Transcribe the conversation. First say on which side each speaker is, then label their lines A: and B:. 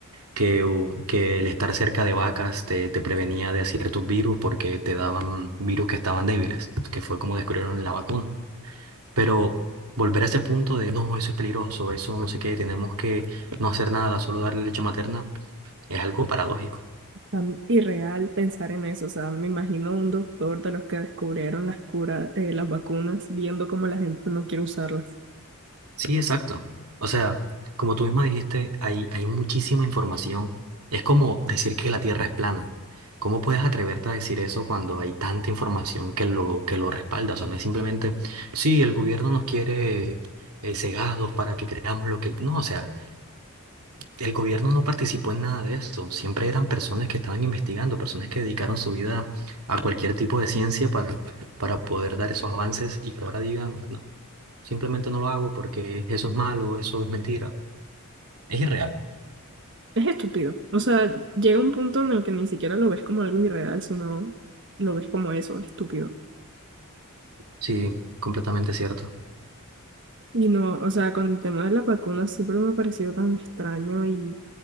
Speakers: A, on the right; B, on the right.
A: que, u- que el estar cerca de vacas te, te prevenía de ciertos virus porque te daban virus que estaban débiles, que fue como descubrieron la vacuna. Pero volver a ese punto de, no, eso es peligroso, eso no sé qué, tenemos que no hacer nada, solo darle leche materna, es algo paradójico.
B: A mí, irreal pensar en eso, o sea, me imagino un doctor de los que descubrieron las curas, eh, las vacunas, viendo cómo la gente no quiere usarlas.
A: Sí, exacto. O sea, como tú misma dijiste, hay, hay muchísima información. Es como decir que la Tierra es plana. ¿Cómo puedes atreverte a decir eso cuando hay tanta información que lo, que lo respalda? O sea, no es simplemente, sí, el gobierno nos quiere eh, cegados para que creamos lo que... No, o sea, el gobierno no participó en nada de eso. Siempre eran personas que estaban investigando, personas que dedicaron su vida a cualquier tipo de ciencia para, para poder dar esos avances y que ahora digan, no. Simplemente no lo hago porque eso es malo, eso es mentira. Es irreal.
B: Es estúpido. O sea, llega un punto en el que ni siquiera lo ves como algo irreal, sino lo ves como eso, estúpido.
A: Sí, completamente cierto.
B: Y no, o sea, con el tema de las vacunas siempre me ha parecido tan extraño y